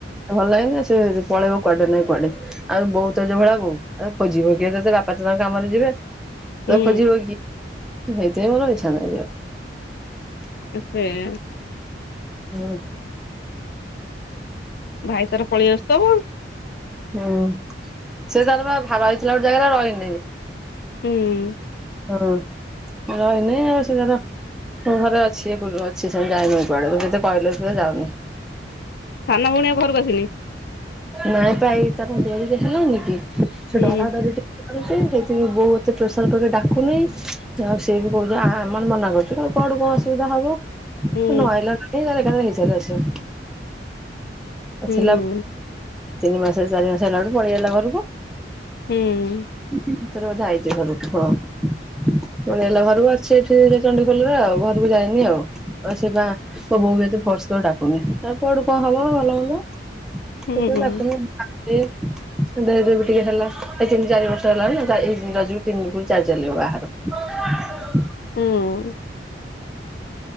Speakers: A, in the centre; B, on the left.
A: ଭଲ ଲାଗେନା ସେ ପଳେଇବ କୁଆଡେ ନାଇଁ କୁଆଡେ ଆଉ ବୋଉ ତ ଯୋଉଭଳିଆ ବୋଉ ଆଉ ଖୋଜିବ କିଏ ତତେ ବାପା ତ ତାଙ୍କ କାମରେ ଯିବେ। ତ
B: ହୁଁ
A: ଖୋଜିବ କିଏ? ହେଇଥିପାଇଁ ମୋର ଇଚ୍ଛା ନାହିଁ ଯିବାକୁ।
B: <unintelligible>
A: ହୁଁ।
B: ଭାଇ ତାର ପଳେଇ ଆସିଥିବ ଆଉ।
A: ହୁଁ ସେ ଜାଗାରେ ଘର ହେଇଥିଲା ଗୋଟେ ଜାଗାରେ ରହିନି।
B: ହୁଁ।
A: ହଁ ରହିନି ଆଉ ସୋର ମୁଁ ଘରେ ଅଛି ଅଛି ଯାଇନି ଏ କୁଆଡେ ସେତେ କହିଲେ ସେ ଯାଉନି
B: ସାନ ଭଉଣୀ ଆଉ ଘରକୁ ଆସିନି?
A: ନାଇଁ <unintelligible> ଡୋରି ଦେଖିଲନି କି? ସେ
B: ହୁଁ
A: ଡରା ଡରି ଟିକେ ସେଥି ବୋଉ ଏତେ ପ୍ରେସର ପକେଇ ଡାକୁନିଁ ଆଉ ସିଏ ବି କହୁଛି ଆ-ହା ଆମର ମନା କରୁଛୁ କୁଆଡୁ କଣ ଅସୁବିଧା ହବ।
B: ହୁଁ
A: ନ ଆଇଲ ନାଇଁ ଆଉ ତାରଏକାଥରେ ଚାଲଛ।
B: ହୁଁ
A: ଅଛିିଲ ତିନି ମାସ ଚାରି ମାସ ହେଲାଡୁ ପଳେଆଇଲାଘରକୁ।
B: ହୁଁ।
A: ଏଥର ବୋଧେ ଆଇଚି ଘରକୁ। ହଁ ପଲେଆଇଲା ଘରକୁ ଆଉ ଅଛି ଏଇଚଣ୍ଡଖୋଲରେ ଆଉ ଘରକୁ ଯାଇନି ଆଉ ଆଉ ସେ ବା ମୋ ବୋଉବି ଏତେ ଫୋର୍ସ କରି ଡାକୁନି ଆଉ କୁଆଡୁ କଣ ହବ ଭଲ ମନ୍ଦ। ସେତ
B: ହୁଁ
A: ଡାକୁନି ଦେରେ ବି ଟିକେ ହେଲା। ତିନି ଚାରି ବର୍ଷ ହେଲାଣି ଏଇ ର ତିନି ପ ଚାରି ଚାଲିବ ବାହାରୁ
B: ହୁଁ